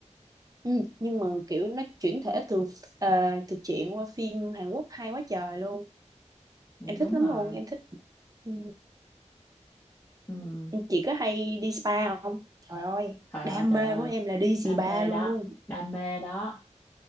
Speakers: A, on the right; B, on the left.
A: Ừ, nhưng mà kiểu nó chuyển thể từ ờ, từ truyện qua phim Hàn Quốc hay quá trời luôn
B: Dạ,
A: em thích
B: đúng
A: lắm
B: rồi.
A: luôn em thích ừ.
B: Ừ.
A: chị có hay đi spa không trời ơi
B: Trời
A: đam
B: ơi, trời
A: mê
B: ơi,
A: của em là đi
B: đam
A: spa
B: mê
A: luôn
B: đó, đam mê đó.